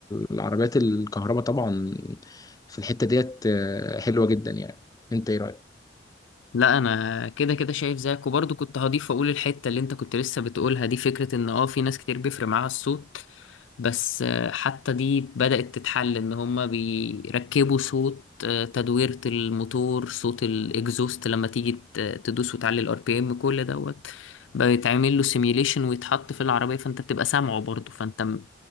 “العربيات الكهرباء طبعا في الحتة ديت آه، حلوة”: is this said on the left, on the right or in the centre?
Left